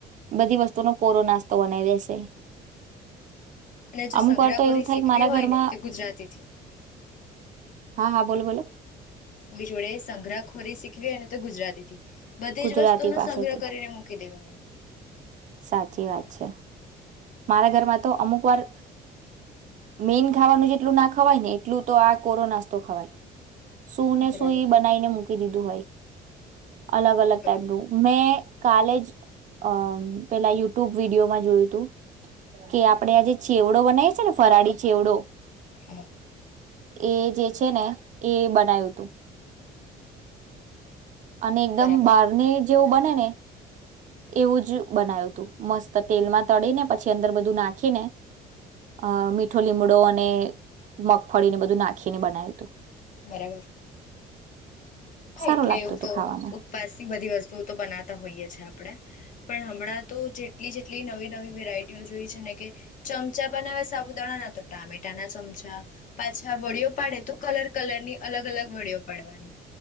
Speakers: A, on the right; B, on the left.
A: બધી વસ્તુનો કોરો નાસ્તો બનાવી દેશે.
B: અને જો
A: અમુક
B: સંગ્રહખોરી
A: વાર તો એવું થાય
B: શીખવી
A: કે મારા
B: હોય
A: ઘરમાં
B: ને તે ગુજરાતીથી.
A: હા હા બોલો બોલો.
B: કોઈ જોડે સંગ્રહખોરી શીખવીને તો ગુજરાતી થી. બધી
A: ગુજરાતી
B: જ વસ્તુનો
A: પાસેથી
B: સંગ્રહ કરીને મૂકી દેવા.
A: સાચી વાત છે મારા ઘરમાં તો અમુક વાર મેન ખાવાનું જેટલું ના ખવાય ને એટલું તો આ કોરોનાસ તો ખવાય. સુું ને
B: બરાબર
A: સુઈ બનાવીને મૂકી દીધું હોય. અલગ અલગ
B: બ-
A: ટાઈપનું મેં કલેજ અમ્મ પેલા યુટ્યુબ વિડીયોમાં જોયું તું કે આપડે આજે છેવડો બનાવી છે ને ફરાળી ચેવડો
B: હમ્મ.
A: એ જે છે ને એ બનાય્યું તું. અને એકદમ
B: બરાબર
A: બહારને જેવું બને ને એવું જ બનાવ્યું તું મસ્ત તેલમાં તળીને પછી અંદર બધું નાખીને અ મીઠો લીમડો અને મગફળીને બધું નાખીને બનાવ્યું તું.
B: બરાબર. હ!
A: સારું
B: એટલે
A: લાગતું
B: એવું
A: હતું
B: તો
A: ખાવામાં
B: ઉપવાસ થી બધી વસ્તુઓ તો બનાવતા હોઈય છે. આપડે પણ હમણાં તો જે એટલી જેટલી નવી નવી વેરાયટીઓ જોઈ છે ને કે, ચમચા બનાવે સાબુદાણાના તો, ટામેટાના ચમચા પાછા, વડીઓ પાડે તો કલર કલરની અલગ અલગ વડીઓ પાડવાની.